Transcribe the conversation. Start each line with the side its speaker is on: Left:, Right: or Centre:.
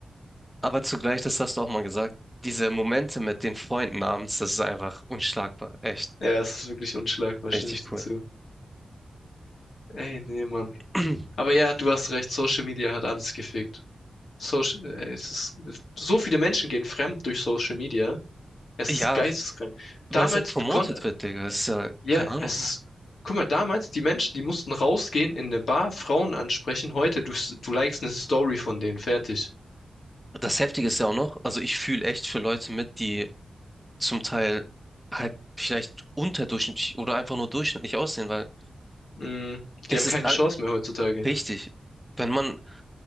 Centre: Aber zugleich, das hast du auch mal gesagt, diese Momente mit den Freunden abends, das ist einfach unschlagbar. Echt,
Left: Ja, es ist wirklich unschlagbar, stimme
Centre: richtig
Left: ich dir
Centre: cool.
Left: zu. Ey, nee, Mann.
Centre: <clears throat>
Left: Aber ja, du hast recht, Social Media hat alles gefickt. Social, äh, es ist, es, so viele Menschen gehen fremd durch Social Media. Es
Centre: Ja,
Left: ist geisteskrank.
Centre: Weil
Left: Damals,
Centre: es auch promotet
Left: du konntest,
Centre: wird, Digga. Das ist ja,
Left: ja,
Centre: keine Ahnung.
Left: es ist, guck mal, damals, die Menschen, die mussten rausgehen in eine Bar, Frauen ansprechen. Heute, du, s- du likest eine Story von denen, fertig.
Centre: Das Heftige ist ja auch noch, also ich fühle echt für Leute mit, die zum Teil halt vielleicht unterdurchschnittlich oder einfach nur durchschnittlich aussehen, weil
Left: Mm,
Centre: es
Left: die haben
Centre: ist
Left: keine
Centre: all-
Left: Chance mehr heutzutage.
Centre: richtig. Wenn man,